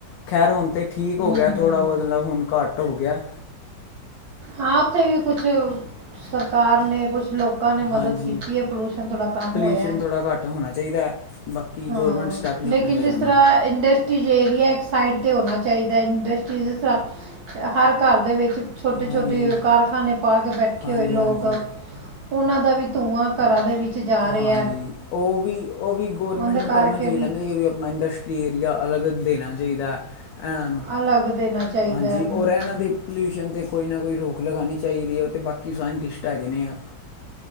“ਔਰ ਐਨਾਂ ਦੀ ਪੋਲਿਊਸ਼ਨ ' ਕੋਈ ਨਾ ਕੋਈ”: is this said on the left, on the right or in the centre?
Left